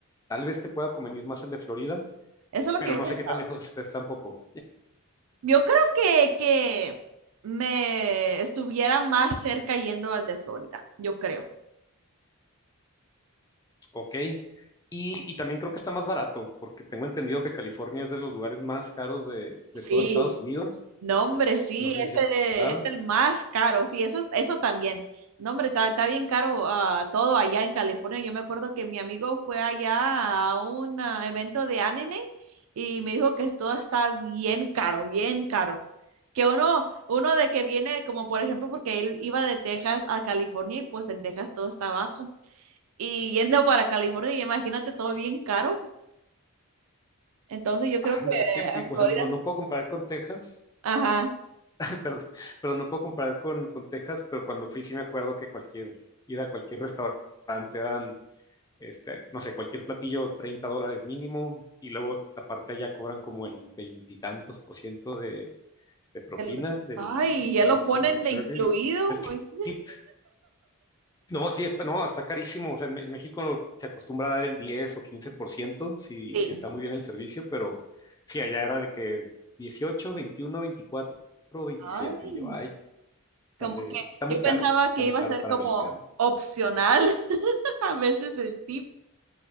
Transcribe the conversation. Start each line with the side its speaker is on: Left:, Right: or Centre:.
Left: tal vez te pueda convenir más el de Florida,
Right: Eso es lo
Left: pero
Right: que yo
Left: no
Right: pensé.
Left: sé qué tan lejos estés tampoco.
Right: Yo creo que, que me estuviera más cerca yendo al de Florida, yo creo.
Left: Ok. Y, y también creo que está más barato, porque tengo entendido que California es de los lugares más caros de,
Right: Sí,
Left: de todo Estados Unidos.
Right: No, hombre, sí,
Left: No sé
Right: ese
Left: si es verdad.
Right: es el más caro, sí, eso, es- eso también. No, hombre, está, está bien caro ah, todo allá en California. Yo me acuerdo que mi amigo fue allá a un ah, evento de anime y me dijo que todo está bien caro, bien caro. Que uno, uno de que viene, como por ejemplo, porque él iba de Texas a California y pues en Texas todo está bajo. Y yendo para California, y imagínate todo bien caro. Entonces yo creo
Left: Anda,
Right: que
Left: es que, fi-
Right: a
Left: o
Right: Florida,
Left: sea, no, no puedo comparar con Texas,
Right: ajá.
Left: <laughs> perdón, pero no puedo comparar con, con Texas, pero cuando fui sí me acuerdo que cualquier ida a cualquier restaurante eran, este, no sé, cualquier platillo 30 dólares mínimo, y luego aparte allá cobran como el veintitantos por ciento de, de propina
Right: el-
Left: del,
Right: ay, ya
Left: del,
Right: lo ponen
Left: del service,
Right: de incluido.
Left: del
Right: ay,
Left: tip. No, sí, está, no, está carísimo. O sea, en, en México se acostumbra a dar el 10 o 15% si,
Right: Sí.
Left: si está muy bien el servicio, pero sí, allá era de que 18, 21, 24, veintisiete.
Right: Ay,
Left: Y yo, ay,
Right: como
Left: sale,
Right: que
Left: está muy
Right: yo pensaba
Left: caro, está
Right: que
Left: muy
Right: iba
Left: caro
Right: a ser
Left: para
Right: como
Left: mexicano.
Right: opcional <laughs> a veces el tip.